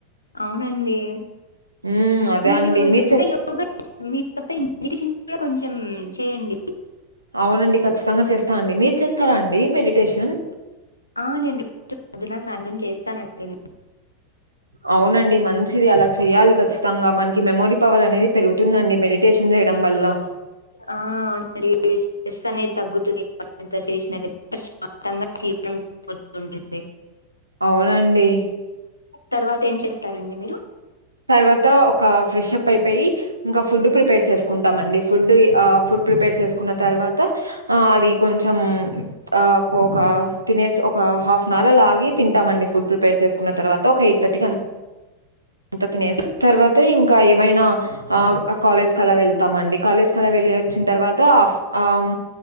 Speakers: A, on the left; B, on the right.
A: అవునండి
B: ఉమ్ అదే
A: మీరు
B: అండి
A: ఇక్కడ
B: చేస్త
A: యోగ మీ తప్ప మేడిటేషన్ కూడా కొంచెం చేయండి
B: అవునండి ఖచ్చితంగా చేస్తా అండి మీరు చేస్తారా అండి మెడిటేషన్?
A: ఆ నేను రోజు పొద్దున్న, సాయంత్రం చేస్తానండి.
B: అవునండి మంచిది అలా చెయాలి ఖచ్చితంగా మనకి మెమోరీ పవర్ అనేది పెరుగుతుందండి మెడి టేషన్ చేయడం వల్ల
A: ఆ అరి స్ట్రెస్ అనేది తగ్గుతుందింత చేసినా ప్రశాంతంగా జీం <unintelligible>
B: అవునండి
A: తర్వాత ఏం చేస్తారండి మీరు?
B: తర్వాత ఒక ఫ్రెష్ అప్ అయిపోయి ఇంకా ఫుడ్ ప్రిపేర్ చేసుకుంటామండి ఫుడ్ ఆ ఫుడ్ ప్రిపేర్ చేసుకున్న తర్వాత ఆ అది. కొంచెం ఆ ఒక తినేసి ఒక హాఫ్ అన్ అవర్ అలాగి తింటామండి ఫుడ్ ప్రిపేర్ చేసుకున్న తర్వాత ఒక ఎయిట్ థర్టీకి అ అంత తినేసి తర్వాత ఇంకా ఏమైనా, ఆ కాలేజ్ కలా వెళ్తామండి కాలేజ్ కలా వెళ్ళి వచ్చిన తర్వాత ఆఫ ఆమ్,